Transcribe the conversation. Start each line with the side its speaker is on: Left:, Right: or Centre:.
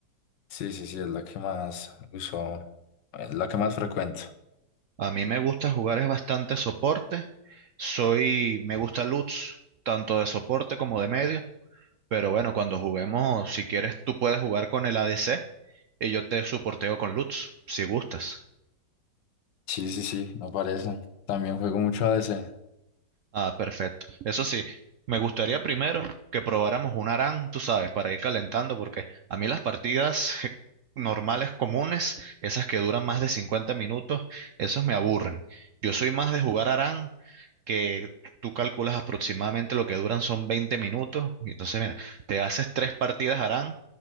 Left: Sí, sí, sí, es la que más uso, es la que más frecuento.
Right: A mí me gusta jugar es bastante soporte. Soy, me gusta Lutz, tanto de soporte como de medio. Pero bueno, cuando juguemos, si quieres, tú puedes jugar con el ADC y yo te soporteo con Lutz, si gustas.
Left: Sí, sí, sí, me parece. También juego mucho a ADC.
Right: Ah, perfecto. Eso sí, me gustaría primero que probáramos un ARAM, tú sabes, para ir calentando, porque a mí las partidas <laughs> normales, comunes, esas que duran más de 50 minutos, esas me aburren. Yo soy más de jugar ARAM que tú calculas aproximadamente lo que duran son 20 minutos. Y entonces, mira, te haces tres partidas harán